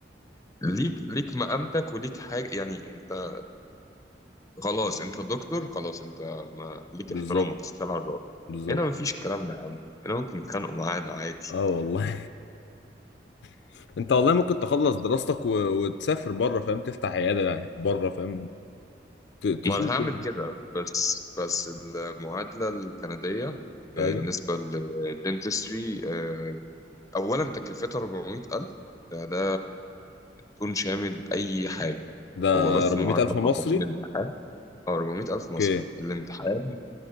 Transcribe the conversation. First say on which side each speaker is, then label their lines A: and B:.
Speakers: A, on the left; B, on the left.
A: ليك ليك مقامتك وليك حاجة يعني انت خلاص انت دكتور خلاص انت ما ليك
B: بالظبط
A: احترامك تشتغل على الراجل
B: بالظبط
A: هنا مفيش الكلام ده يا عم هنا ممكن يتخانقوا معانا عادي
B: اه والله <laughs> انت والله ممكن تخلص دراستك و... وتسافر بره فاهم تفتح عياده بره فاهم ت... تشوف
A: ما انا هعمل
B: يعني
A: كده بس بس المعادله الكنديه بالنسبه
B: ايوه
A: للدنتستري آه، اولا تكلفتها 400000 ده ده دون شامل اي حاجه
B: ده
A: هو بس
B: 400
A: المعادله
B: الف مصري
A: فقط الامتحان اه 400000
B: اوكي
A: مصري الامتحان